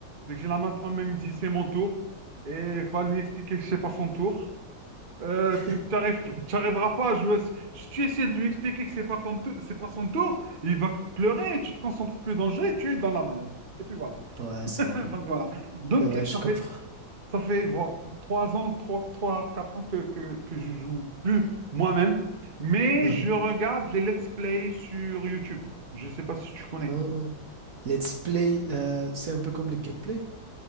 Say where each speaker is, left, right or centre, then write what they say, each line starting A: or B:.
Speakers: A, on the right; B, on the right.
A: dès que j'ai la manette en main, il me dit c'est mon tour. Et il faut lui expliquer que c'est pas son tour. Euh,
B: <laughs>
A: tu n'arriveras pas à jouer. Si tu essaies de lui expliquer que c'est pas ton tou- c'est pas son tour, il va pleurer et tu te concentres plus dans le jeu et tu es dans la manette. Et puis voilà.
B: Ouais,
A: <laughs>
B: c'est vrai.
A: Donc voilà. Donc
B: C'est vrai, je
A: ça
B: comprends.
A: fait ça fait voilà, trois ans, trois, trois, quatre ans que, que, que je joue plus moi-même, mais
B: Uhum.
A: je regarde les let's play sur YouTube. Je sais pas si tu connais.
B: Ah. Let's play, euh, c'est un peu comme le gameplay.